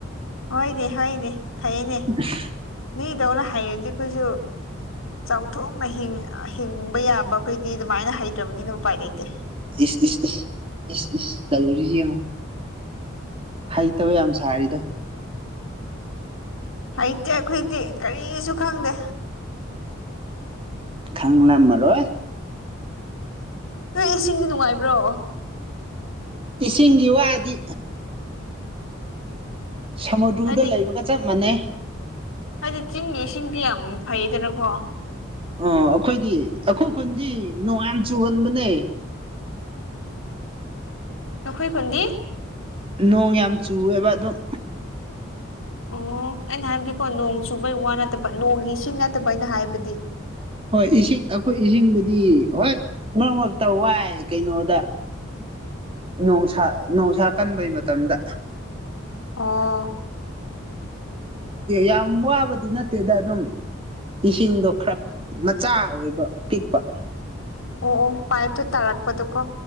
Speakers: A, on the left (about 85°); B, on the right (about 25°).
A: ꯍꯣꯏꯅꯦ ꯍꯣꯏꯅꯦ ꯐꯩꯅꯦ꯫
B: <unintelligible>
A: ꯅꯣꯏꯗꯧꯅ ꯍꯥꯏꯔꯗꯤ ꯑꯩꯈꯣꯏꯁꯨ꯫ ꯆꯥꯎꯊꯣꯛꯅ ꯍꯤꯡꯕ ꯌꯥꯕ ꯑꯩꯈꯣꯏꯗꯤ ꯑꯗꯨꯃꯥꯏꯅ ꯍꯩꯇꯕꯅꯤꯅ ꯎꯄꯥꯏ ꯂꯩꯇꯦ꯫
B: ꯏꯁ ꯏꯁ ꯏꯁ ꯏꯁ ꯏꯁ ꯇꯧꯔꯤꯁꯤ ꯌꯦꯉꯣ꯫ ꯍꯩꯇꯕ ꯌꯥꯝ ꯁꯥꯔꯤꯗꯣ꯫
A: ꯍꯩꯇꯦ ꯑꯩꯈꯣꯏꯗꯤ ꯀꯔꯤꯁꯨ ꯈꯪꯗꯦ꯫
B: ꯈꯪꯂꯝꯃꯔꯣꯏ꯫
A: ꯅꯣꯏ ꯏꯁꯤꯡꯗꯤ ꯅꯨꯡꯉꯥꯏꯕ꯭ꯔꯣ꯫
B: ꯏꯁꯤꯡꯒꯤ ꯋꯥꯗꯤ꯫ ꯁꯃꯨꯗ꯭ꯔꯨꯗ
A: ꯍꯥꯏꯗꯤ
B: ꯂꯩꯕꯒ ꯆꯞ ꯃꯥꯟꯅꯩ
A: ꯍꯥꯏꯗꯤ ꯆꯤꯡ ꯏꯁꯤꯡꯗꯤ ꯌꯥꯝ ꯐꯩꯗꯅꯀꯣ
B: ꯑꯣ ꯑꯩꯈꯣꯏꯗꯤ ꯑꯩꯈꯣꯏ ꯈꯨꯟꯗꯤ ꯅꯣꯡꯉꯥꯟ ꯆꯨꯒꯟꯕꯅꯦ
A: ꯅꯈꯣꯏ ꯈꯨꯟꯗꯤ
B: ꯅꯣꯡ ꯌꯥꯝ ꯆꯨꯑꯦꯕ ꯑꯗꯨꯝ
A: ꯑꯣ ꯑꯩꯅ ꯍꯥꯏꯕꯗꯤꯀꯣ ꯅꯣꯡ ꯆꯨꯕꯒꯤ ꯋꯥ ꯅꯠꯇꯕ ꯅꯣꯡꯒꯤ ꯂꯤꯁꯤꯡ ꯅꯠꯇꯕ ꯑꯩꯅ ꯍꯥꯏꯕꯗꯤ
B: ꯍꯣꯏ ꯏꯁꯤꯡ ꯑꯩꯈꯣꯏ ꯏꯁꯤꯡꯕꯨꯗꯤ ꯍꯣꯏ ꯃꯔꯛ ꯃꯔꯛꯇ ꯋꯥꯏ ꯀꯩꯅꯣꯗ ꯅꯣꯡꯁꯥ ꯣꯡꯁꯥ ꯀꯟꯕꯩ ꯃꯇꯝꯗ
A: ꯑꯣ
B: ꯌꯥꯝ ꯋꯥꯕꯗꯤ ꯅꯠꯇꯦꯗ ꯑꯗꯨꯝ ꯏꯁꯤꯡꯗꯣ ꯈꯔ ꯃꯆꯥ ꯑꯣꯏꯕ ꯄꯤꯛꯄ
A: ꯑꯣ ꯑꯣ ꯄꯥꯏꯞꯇꯣ ꯇꯥꯔꯛꯄꯗꯨꯣꯀꯣ